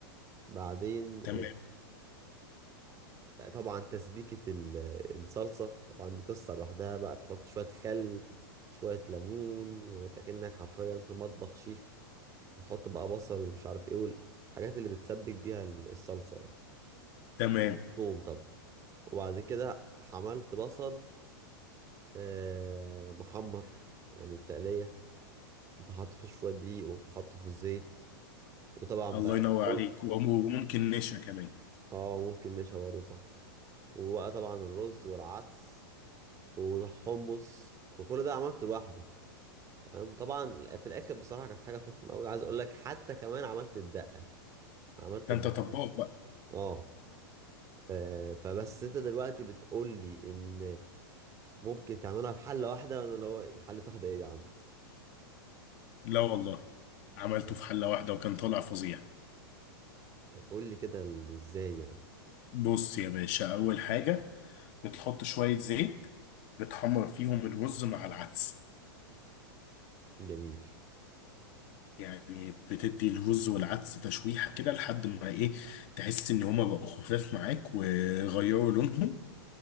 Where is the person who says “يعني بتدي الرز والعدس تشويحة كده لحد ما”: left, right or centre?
Left